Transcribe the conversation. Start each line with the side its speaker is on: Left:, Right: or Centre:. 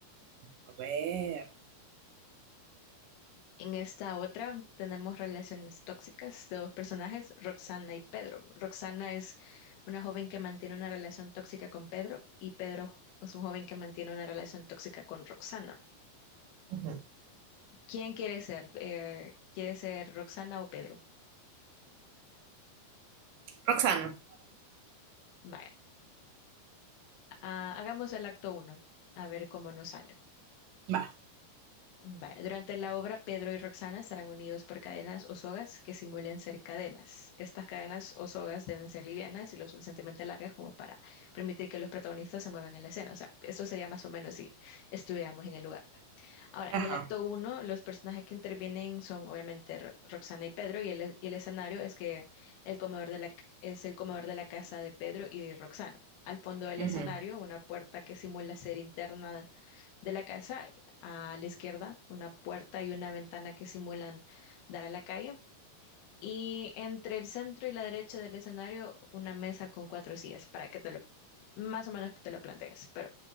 Right: a ver.
Left: En esta otra tenemos relaciones tóxicas de dos personajes, Roxana y Pedro. Roxana es una joven que mantiene una relación tóxica con Pedro y Pedro es un joven que mantiene una relación tóxica con Roxana.
Right: Ujú.
Left: ¿Quién quiere ser? Eh, ¿quiere ser Roxana o Pedro?
Right: Roxana.
Left: Vaya, ah, hagamos el acto uno, a ver cómo nos sale.
Right: Va.
Left: Vaya, Durante la obra, Pedro y Roxana estarán unidos por cadenas o sogas que simulan ser cadenas. Estas cadenas o sogas deben ser livianas y lo suficientemente largas como para permitir que los protagonistas se muevan en la escena. O sea, eso sería más o menos si estuviéramos en el lugar. Ahora,
Right: Ajá.
Left: en el acto uno, los personajes que intervienen son obviamente Ro- Roxana y Pedro y el, e-, y el escenario es que el comedor de la, es el comedor de la casa de Pedro y Roxana. Al fondo del
Right: Ujú.
Left: escenario, una puerta que simula ser interna de la casa a la izquierda, una puerta y una ventana que simulan dar a la calle. Y entre el centro y la derecha del escenario, una mesa con cuatro sillas para que te lo, más o menos te lo plantees. Pero